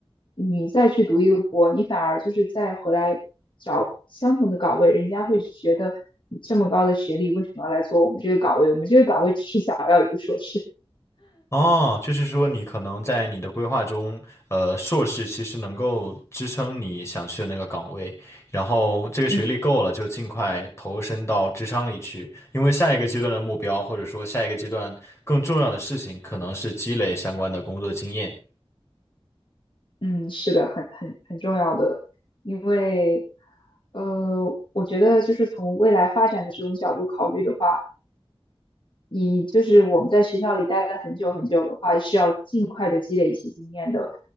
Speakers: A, on the left; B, on the left.
A: 你再去读一个博，你反而就是再回来找相同的岗位，人家会觉得你这么高的学历，为什么要来做我们这个岗位？我们这个岗位只是想要一个硕士。
B: 哦，就是说你可能在你的规划中，呃，硕士其实能够支撑你想去的那个岗位，然后这个学历够了，
A: <laughs> 嗯。
B: 就尽快投身到职场里去，因为下一个阶段的目标，或者说下一个阶段更重要的事情，可能是积累相关的工作经验。
A: 嗯，是的，很很很重要的，因为，呃，我觉得就是从未来发展的这种角度考虑的话，你就是我们在学校里待了很久很久的话，是要尽快的积累一些经验的，